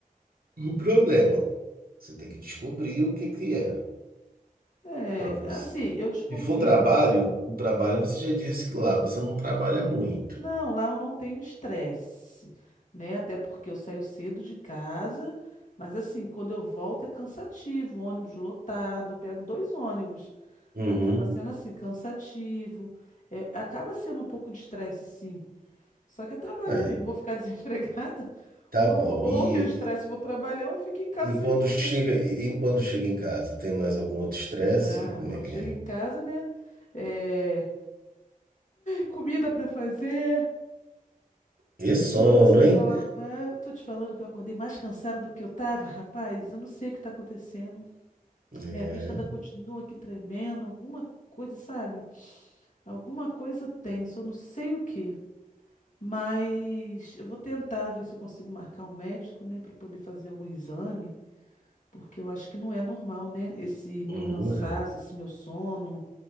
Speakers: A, on the right; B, on the left.
A: o problema. Você tem que descobrir o que que é
B: É,
A: para você.
B: assim, eu desconfio.
A: Se for trabalho, o trabalho você já disse que lá você não trabalha muito.
B: Não, lá eu não tenho estresse, né? Até porque eu saio cedo de casa, mas assim, quando eu volto é cansativo, ônibus lotado, eu pego dois ônibus,
A: Uhum.
B: acaba sendo assim, cansativo. É, acaba sendo um pouco de estresse, sim. Só que é trabalho,
A: É,
B: né, amigo. Vou ficar desempregada, <laughs>
A: tá
B: ou
A: bom.
B: eu vou, ou
A: E
B: eu tenho estresse, vou trabalhar, ou fico em casa
A: E
B: sem
A: quando
B: dinheiro.
A: chega, e quando chega em casa, tem mais algum outro estresse?
B: Ah,
A: Como
B: quando
A: é que
B: eu chego
A: é?
B: em casa, né? É... Comida pra fazer,
A: E sono,
B: louça pra
A: hein?
B: lavar. Eu tô te falando que eu acordei mais cansada do que eu tava, rapaz. Eu não sei o que tá acontecendo.
A: É,
B: Minha vista ainda continua aqui tremendo. Alguma coisa, sabe? Alguma coisa tem, só não sei o que. Mas eu vou tentar ver se eu consigo marcar um médico, né, Pra poder fazer algum exame. Porque eu acho que não é normal, né? Esse meu
A: não
B: cansaço,
A: é.
B: esse meu sono.